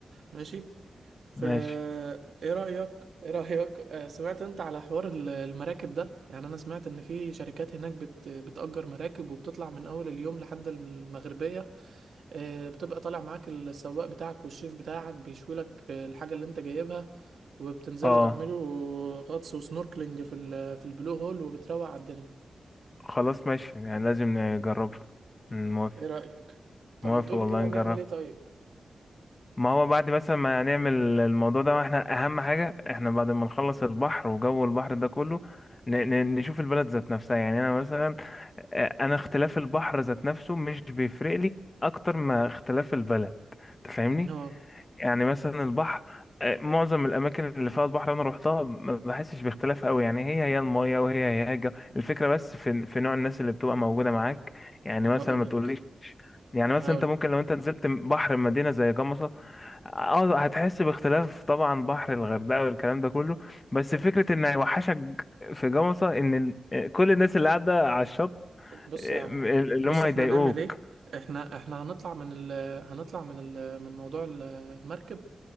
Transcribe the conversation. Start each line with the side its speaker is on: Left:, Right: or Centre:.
Right: ماشي فا
Left: ماشي
Right: ايه رأيك ايه رأيك آه، سمعت انت على حوار ال- المراكب ده يعني انا سمعت ان في شركات هناك بت... بتأجر مراكب وبتطلع من اول اليوم لحد المغربية آه، بتبقى طالع معاك السواق بتاعك والشيف بتاعك بيشوي لك آه، الحاجة اللي انت جايبها وبتنزلوا
Left: اه
Right: تعملوا غطس وسنوركلينج في ال... في البلو هول وبتروق على الدنيا
Left: خلاص ماشي يعني لازم نجربها أمم، موافق
Right: ايه رأيك طب
Left: موافق
Right: ما تقولي
Left: والله
Right: كده
Left: نجرب
Right: هنعمل ايه طيب
Left: ما هو بعد مثلا ما نعمل الموضوع ده احنا اهم حاجة احنا بعد ما نخلص البحر وجو البحر ده كله ن- ن- نشوف البلد ذات نفسها يعني انا مثلا آه، انا اختلاف البحر ذات نفسه مش بيفرق لي اكتر ما اختلاف البلد تفهمني
Right: اه
Left: يعني مثلا البحر آه، معظم الاماكن اللي فيها البحر انا روحتها ما بحسش باختلاف قوي يعني هي هي المايه وهي هي الجو الفكره بس في في نوع الناس اللي بتبقى موجوده معاك يعني
Right: هقولك
Left: مثلا ما تقوليش يعني
Right: هقولك
Left: مثلا انت ممكن لو انت نزلت بحر مدينه زي جمصه اه هتحس باختلاف طبعا بحر الغردقه والكلام ده كله بس فكره ان هيوحشك في جمصه ان ال- آه، كل الناس اللي قاعده على الشط
Right: بص
Left: آه،
Right: يا عم
Left: اللي
Right: بص
Left: هم مش
Right: احنا
Left: يضايقوك
Right: هنعمل ايه
Left: صاحبك
Right: احنا احنا هنطلع من ال هنطلع من ال من موضوع ال- المركب